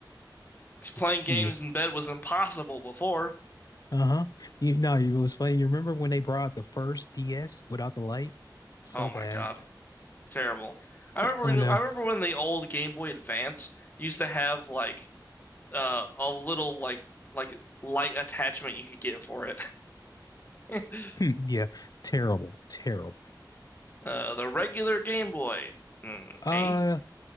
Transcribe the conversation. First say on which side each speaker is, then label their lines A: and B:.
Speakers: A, on the left; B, on the left.
A: 'Cause Playing games
B: Yeah.
A: in bed was impossible before.
B: Uh-huh. You know, it was funny. You remember when they brought the first DS without the light? So
A: Oh
B: bad.
A: my God. Terrible. I remember
B: I
A: when,
B: know.
A: I remember when the old Game Boy Advance used to have like uh a little like like light attachment you could get for it. <laughs>
B: Hmm, Yeah. Terrible. Terrible.
A: Uh the regular Game Boy. Mm,
B: Uh,
A: A?